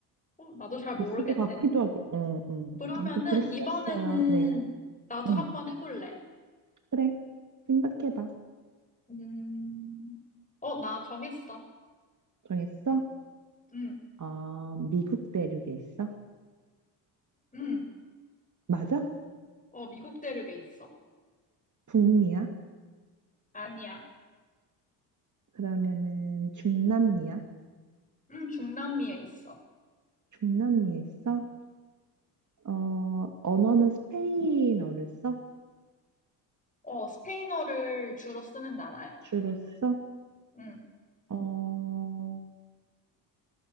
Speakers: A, on the left (about 15°); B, on the right (about 40°).
A: 어, 나도 잘 모르겠네.
B: 있을 것 같기도 하고. 어, 어.
A: 그러면은
B: 아무튼 그리스였어요.
A: 이번에는
B: 네.
A: 나도
B: 응,
A: 한번 해볼래.
B: 그래. 생각해봐.
A: 음, 어, 나 정했어.
B: 정했어?
A: 응,
B: 어, 미국 대륙에 있어?
A: 응.
B: 맞아?
A: 어, 미국 대륙에 있어.
B: 북미야?
A: 아니야.
B: 그러면은 중남미야?
A: 응, 중남미에 있어.
B: 중남미에 있어? 어, 언어는 스페인어를 써?
A: 어, 스페인어를 주로 쓰는 나라야.
B: 주로 써?
A: 응.
B: 어,